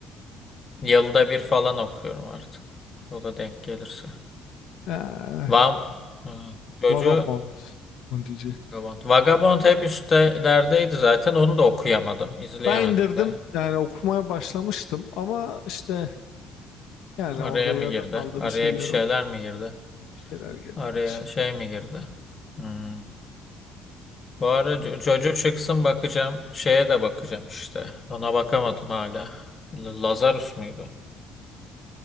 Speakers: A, on the left; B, on the left.
A: yılda bir falan okuyorum artık. O da denk gelirse.
B: Ee,
A: Vam Ha, Jojo
B: Vagabond onu diyecek.
A: Vagabond. Vagabond hep üstelerdeydi zaten. Onu da okuyamadım, izleyemedim
B: Ben indirdim
A: de.
B: yani okumaya başlamıştım ama işte yani
A: Araya
B: orada
A: mı
B: yerde
A: girdi?
B: kaldı
A: Araya
B: bir şeyler
A: bir şeyler
B: oldu.
A: mi girdi?
B: Bir şeyler geldi
A: Araya
B: yani şey.
A: şey mi girdi? Hmm. Bu ara Jo- Jojo çıksın bakacağım. Şeye de bakacağım işte. Ona bakamadım hala. L- Lazarus muydu?